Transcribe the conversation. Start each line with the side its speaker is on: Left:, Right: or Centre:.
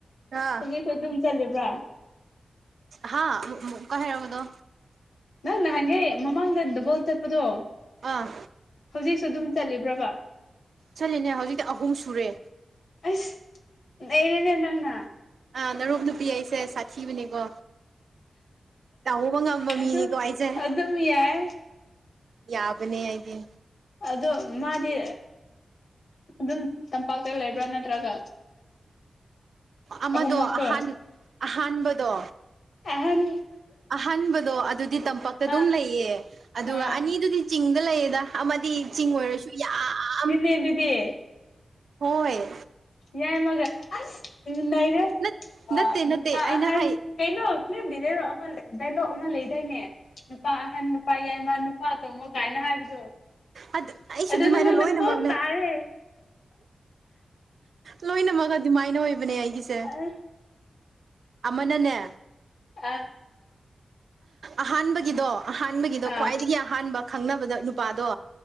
Right: ꯑꯥ
Left: ꯍꯧꯖꯤꯛꯁꯨ ꯑꯗꯨꯝ ꯆꯠꯂꯤꯕ꯭ꯔꯥ
Right: ꯍꯥ ꯑꯃꯨꯛ ꯑꯃꯨꯛꯀꯥ ꯍꯥꯏꯔꯛꯑꯣꯗꯣ
Left: ꯅꯪ ꯅꯍꯥꯟꯒꯩ ꯃꯃꯥꯡꯗ ꯗꯨꯕꯣꯠ ꯆꯠꯄꯗꯣ
Right: ꯑꯥ
Left: ꯍꯧꯖꯤꯛꯁꯨ ꯑꯗꯨꯝ ꯆꯠꯂꯤꯕ꯭ꯔꯕ
Right: ꯆꯠꯂꯤꯦꯅꯦ ꯍꯧꯖꯤꯛꯇꯤ ꯑꯍꯨꯝ ꯁꯨꯔꯦ
Left: ꯑꯁ ꯂꯩꯩꯔꯅꯗꯅ
Right: ꯑꯥ ꯅꯔꯨꯞ ꯅꯨꯄꯤ ꯍꯥꯏꯁꯦ ꯁꯥꯊꯤꯕꯅꯤꯀꯣ ꯇꯥꯍꯣ ꯃꯪ ꯑꯝꯕ ꯃꯤꯅꯤ
Left: ꯑꯗꯨ
Right: ꯀ ꯋꯥꯏꯆꯦ
Left: ꯑꯗꯨꯝ ꯌꯥꯏ
Right: ꯌꯥꯕꯅꯦ ꯍꯥꯏꯒꯤ
Left: ꯑꯗꯣ ꯃꯥꯗꯤ ꯑꯗꯨꯝ ꯇꯝꯄꯥꯛꯇ ꯂꯩꯕ꯭ꯔꯥ ꯅꯠꯇ꯭ꯔꯒ
Right: ꯑꯃꯗꯣ
Left: ꯑꯍꯨꯝꯃꯛꯇꯣ
Right: ꯑꯍ ꯑꯍꯥꯟꯕꯗꯣ
Left: ꯑꯍꯟ
Right: ꯑꯍꯥꯟꯕꯗꯣ ꯑꯗꯨꯗꯤ ꯇꯝꯄꯥꯛꯛꯇ ꯑꯗꯨꯝ
Left: ꯑꯥ
Right: ꯂꯩꯌꯦ ꯑꯗꯨꯒ
Left: ꯑꯥ
Right: ꯑꯅꯤꯗꯨꯗꯤ ꯆꯤꯡꯗ ꯂꯩꯌꯦꯗ ꯑꯃꯗꯤ ꯆꯤꯡ ꯑꯣꯏꯔꯁꯨ ꯌꯥꯝ
Left: ꯌꯦ ꯑꯗꯨꯗꯤ
Right: ꯍꯣꯏ
Left: ꯌꯥꯏꯃꯒ ꯑꯁ ꯂꯩꯔꯦ
Right: ꯅꯠꯇꯦ
Left: ꯅꯨꯄꯥ
Right: ꯅꯠꯇꯦ ꯑꯩꯅ
Left: ꯑꯍꯟ
Right: ꯍꯥꯏ
Left: ꯀꯩꯅꯣ ꯐꯤꯂꯝ ꯗꯤꯗꯥꯔꯣ ꯑꯃ ꯗꯥꯏꯂꯣꯛ ꯑꯃ ꯂꯩꯗꯥꯏꯅꯦ ꯅꯨꯄꯥ ꯑꯍꯟ ꯅꯨꯄꯥ ꯌꯥꯏꯃ ꯅꯨꯄꯥ ꯇꯣꯝꯃꯣ ꯀꯥꯏꯅ ꯍꯥꯏꯕꯗꯣ
Right: ꯑꯩꯁꯦ
Left: ꯑꯗꯨ
Right: ꯑꯗꯨꯃꯥꯏꯅ
Left: ꯅꯉꯣꯟꯗ
Right: ꯂꯣꯏꯅꯃꯛꯅꯦ
Left: ꯄꯣꯛꯞ ꯇꯥꯔꯦ
Right: ꯂꯣꯏꯅꯃꯛ ꯑꯗꯨꯃꯥꯏꯅ ꯑꯣꯏꯕꯅꯦ ꯑꯩꯒꯤꯁꯦ
Left: ꯑꯥ
Right: ꯑꯃꯅꯅꯦ
Left: ꯑ
Right: ꯑꯍꯥꯟꯕꯒꯤꯗꯣ ꯑꯍꯥꯟꯕꯒꯤꯗꯣ
Left: ꯑꯥ
Right: ꯈ꯭ꯋꯥꯏꯗꯒꯤ ꯑꯍꯥꯟꯕ ꯈꯪꯅꯕꯗꯣ ꯅꯨꯄꯥꯗꯣ